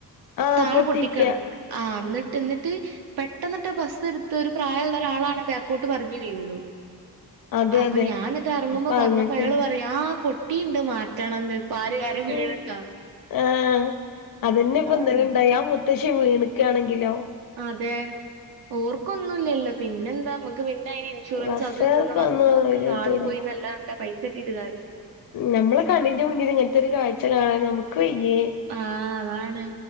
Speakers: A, on the left (about 65°); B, on the right (about 75°).
A: ആഹ്
B: താഴെ
A: പൊട്ടിക്ക
B: പൊട്ടിക്കെട, - ആഹ്, ഇന്നിട്ട് ഇന്നിട്ട്, പെട്ടെന്ന്ട്ട് ബസ്സ് ഇടുത്ത്. ഒരു പ്രായള്ളൊരാളാണ്ത്. ക്കോട്ട് മറിഞ്ഞു വീഴു.
A: അതെ
B: അപ്പൊ
A: അതെ
B: ഞാൻ ഇന്നിട്ട് എറങ്ങുമ്പൊ
A: അപ്പൊ
B: പറഞ്ഞപ്പൊ
A: അങ്ങൻത്തന്നെ
B: അയാൾ പറയാ, ആഹ് പൊ ട്ടീണ്ട് മാറ്റണംന്ന്. പ്പാര് ആരേം വീണിട്ടൊ?
A: ഉം ആഹ്. അതെന്നെ ഇപ്പൊ ഇന്നലെണ്ടായി.
B: പറഞ്ഞെ
A: ആഹ് മുത്തശ്ശി വീണ്ക്കാണെങ്കിലോ?
B: അതെ. ഓർക്കൊന്നുംല്ലല്ലോ പിന്നെന്താ നമ്മക്ക്? പിന്നെ അയിന് ഇൻഷുറൻസ്
A: ബസ്സാർക്കൊന്നും
B: അതും ഇതൂന്ന് പറഞ്ഞ് മ്മക്ക്
A: ഒരിതുല്ല
B: ആള് പോയിന്നല്ലാതെ, പൈസട്ടീട്ട് കാര്യം ഇല്ലല്ലോ?
A: നമ്മള കണ്ണിന്റെ മുന്നില് ഇങ്ങൻത്തൊരു കാഴ്ച കാണാൻ ഞമ്മക്ക് വയ്യേ?
B: ആ അതാണ്.